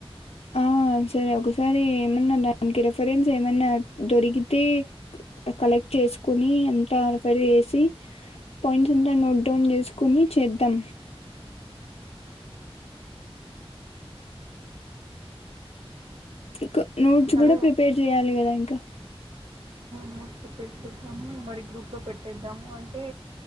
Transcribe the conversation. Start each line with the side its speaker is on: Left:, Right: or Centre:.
Left: ఆ సరే ఒకసారి ఏమన్నా దానికి రెఫరెన్స్ మ దొరికితే కలక్ట్ చేసుకుని అంత అనుపరి చేేసి పాయింట్స్ అంతా నోట్ డౌన్ చేసుకుని చేద్దాం ఇ నోట్స్
Right: ఇంకా
Left: కూడా
Right: అదే
Left: ప్రిపేర్ చెయాలి కదా ఇంకా
Right: నోట్స్ ప్రిపేర్ చేద్దాం మరి గ్రూప్ లో పెట్టేద్దాము అంటే